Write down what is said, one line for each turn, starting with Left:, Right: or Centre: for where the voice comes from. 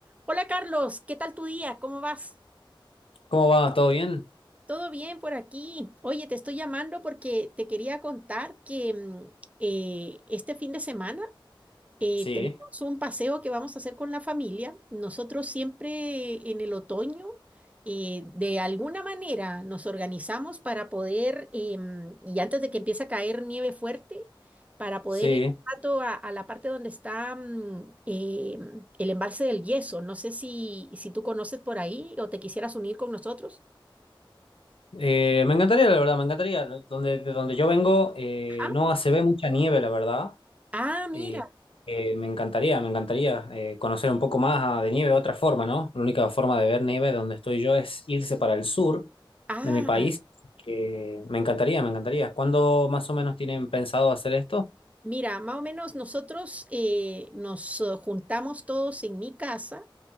Right: Hola Carlos, ¿qué tal tu día? ¿Cómo vas?
Left: ¿Cómo va? ¿Todo bien?
Right: ¿Todo bien por aquí? Oye, te estoy llamando porque te quería contar que mm, eh, este fin de semana eh,
Left: Sí,
Right: tenemos un paseo que vamos a hacer con la familia. Nosotros siempre en el otoño, eh, de alguna manera, nos organizamos para poder, em, y antes de que empiece a caer nieve fuerte, para poder
Left: sí.
Right: ir un rato a, a la parte donde está mm, em, el embalse del Yeso. No sé si, si tú conoces por ahí o te quisieras unir con nosotros.
Left: Eh, me encantaría, la verdad, me encantaría. Donde, de donde yo vengo eh,
Right: Ajá.
Left: no se ve mucha nieve, la verdad.
Right: Ah, mira.
Left: Eh, eh, me encantaría, me encantaría eh, conocer un poco más ah, de nieve de otra forma, ¿no? La única forma de ver nieve donde estoy yo es irse para el sur
Right: Ah,
Left: de mi país. que me encantaría, me encantaría. ¿Cuándo más o menos tienen pensado hacer esto?
Right: mira, más o menos nosotros eh, nos eh, juntamos todos en mi casa.